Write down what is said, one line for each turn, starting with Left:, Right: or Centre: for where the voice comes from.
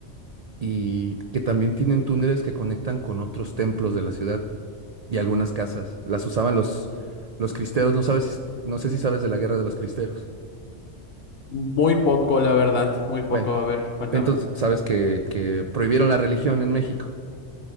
Right: y que también tienen túneles que conectan con otros templos de la ciudad y algunas casas. Las usaban los, los cristeros, no sabes, si- no sé si sabes de la guerra de los cristeros.
Left: muy poco, la verdad, muy poco,
Right: Bueno,
Left: a ver, cuéntame.
Right: entonces sabes que, que prohibieron la religión en México.